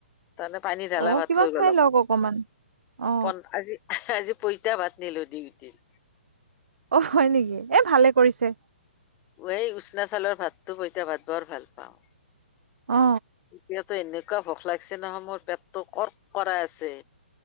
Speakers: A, on the left; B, on the right.
A: তাৰমানে পানী ঢালা
B: অ
A: ভাত
B: কিবা
A: লৈ
B: খাই
A: গলো
B: লওক
A: মোক,
B: অকমান অ
A: ফন আজি আহ আজি পইতা ভাত নিলো ডিউটিত।
B: অহ, হয় নেকি? এ ভালে কৰিছে।
A: অই উচনা চাউলৰ ভাতটো পইতা ভাত বৰ ভাল পাওঁ।
B: অ।
A: এতিয়াতো এনেকুৱা ভোক লাগিছে নহয় মোৰ পেটটো কৰ্ক কৰাই আছে।